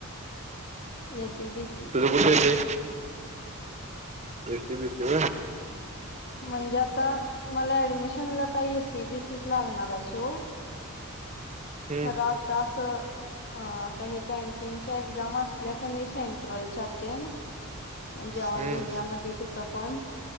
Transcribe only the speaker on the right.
बठे बसी बेसी व
हम्म
हम्म